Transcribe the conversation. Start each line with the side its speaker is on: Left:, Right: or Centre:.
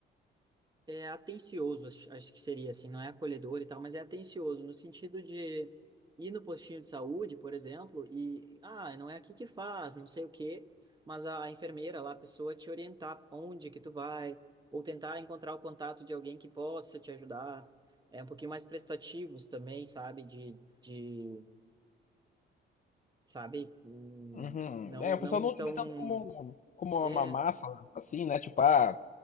Right: é atencioso, acho, acho que seria assim, não é acolhedor e tal, mas é atencioso no sentido de ir no postinho de saúde, por exemplo, e ah, não é aqui que faz, não sei o quê, mas a enfermeira lá, a pessoa te orientar onde que tu vai, ou tentar encontrar o contato de alguém que possa te ajudar. É um pouquinho mais prestativos também, sabe? De, de sabe? Hum,
Left: uhum.
Right: Não,
Left: É, o
Right: não
Left: pessoal não
Right: tão.
Left: te vê tanto como, como
Right: É,
Left: uma massa, assim, né? Tipo, ah,